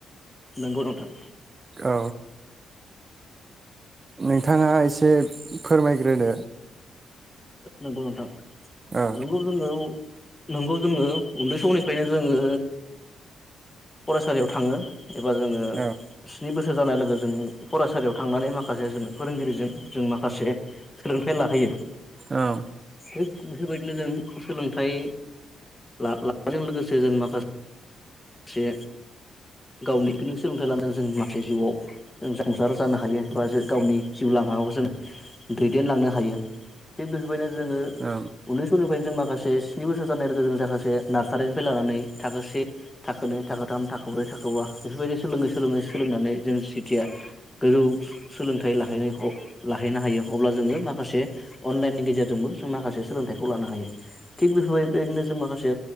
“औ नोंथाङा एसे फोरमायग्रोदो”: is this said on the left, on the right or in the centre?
Right